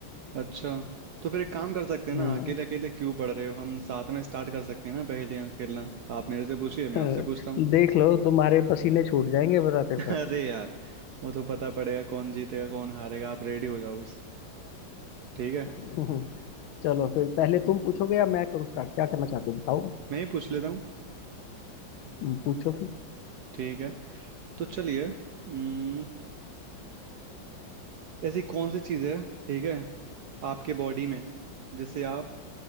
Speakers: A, on the right; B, on the left.
A: अच्छा तो फिर एक काम कर सकते हैं
B: हम्म
A: ना अकेले अकेले क्यों पढ़ रहे हो हम साथ में स्टार्ट कर सकते हैं ना पहेलियां खेलना आप मेरे से पूछिए
B: अ,
A: मैं आपसे पूछता हूँ
B: देख लो तुम्हारे पसीने छूट जाएंगे बताते बताते
A: <laughs> अरे यार वो तो पता पड़ेगा कौन जीतेगा कौन हारेगा आप रेडी हो जाओ बस ठीक है
B: हम्म, चलो फिर पहले तुम पूछोगे या मैं करूँ स्टार्ट क्या करना चाहते हो बताओ
A: मैं ही पूछ लेता हूँ
B: हम्म, पूछो फिर
A: ठीक है तो चलिए हम्म, ऐसी कौन सी चीज़ है ठीक है आपके बॉडी में जिसे आप